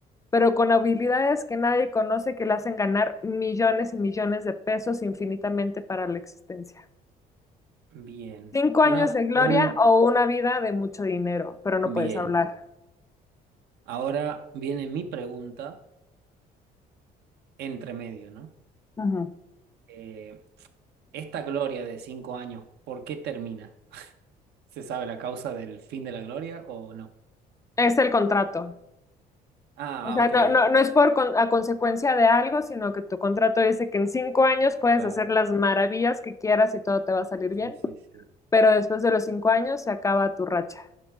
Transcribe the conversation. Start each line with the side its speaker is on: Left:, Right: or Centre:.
Left: pero con habilidades que nadie conoce que le hacen ganar millones y millones de pesos infinitamente para la existencia.
Right: bien.
Left: Cinco
Right: Una,
Left: años de gloria
Right: un,
Left: o una vida de mucho dinero, pero no
Right: bien.
Left: puedes hablar.
Right: Ahora viene mi pregunta entre medio, ¿no?
Left: Ajá.
Right: Eh, esta gloria de cinco años, ¿por qué termina? ¿Se sabe la causa del fin de la gloria o no?
Left: Es el contrato.
Right: Ah,
Left: O sea,
Right: ah, ok,
Left: no, no,
Right: ya.
Left: no es por con- a consecuencia de algo, sino que tu contrato dice que en cinco años puedes
Right: Claro,
Left: hacer las maravillas que quieras y todo te va a salir bien,
Right: Sí, sí, sí.
Left: pero después de los cinco años se acaba tu racha.